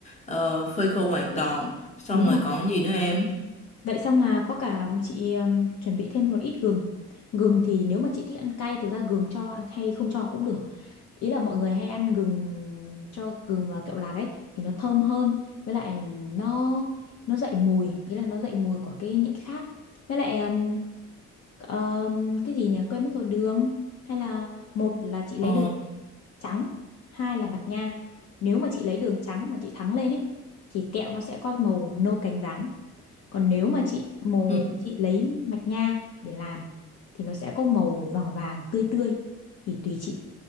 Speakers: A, on the left; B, on the left.
A: ờ, phơi khô hoàn toàn. Xong
B: đúng
A: rồi
B: rồi
A: còn cái gì nữa em?
B: Vậy xong là có cả chị um, chuẩn bị thêm một ít gừng. Gừng thì nếu mà chị thích ăn cay thực ra gừng cho hay không cho cũng được. Ý là mọi người hay ăn gừng cho gừng vào kẹo lạc ấy thì nó thơm hơn với lại nó nó dậy mùi, ý là nó dậy mùi của cái những cái khác. Với lại um, ờ, cái gì nhỉ quên mất rồi đường hay là một là chị lấy
A: Ờ,
B: đường trắng, hai là mạch nha. Nếu mà chị lấy đường trắng mà chị thắng lên ấy thì kẹo nó sẽ có màu nâu cánh gián còn nếu mà chị màu
A: ừ,
B: chị lấy mạch nha để làm thì nó sẽ có màu vàng vàng tươi tươi thì tùy chị